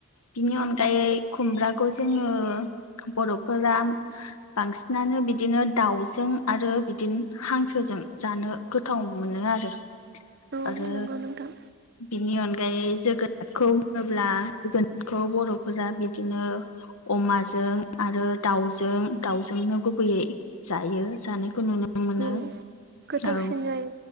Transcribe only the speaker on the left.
बिनि अनगायै खुमब्राखौ जोङो बर'फोरा बांसिनानो बिदिनो दाउजों आरो बिदिनो हांसो जों जानो गोथाव मोनो आरो
आरो
बिनि अनगायै जोगोनारखौ बुङोब्ला जोगोनारखौ बर'फोरा बिदिनो अमाजों आरो दाउजों दाउजोंनो गुबैयै जायो जानायखौ नुनो मोनो
औ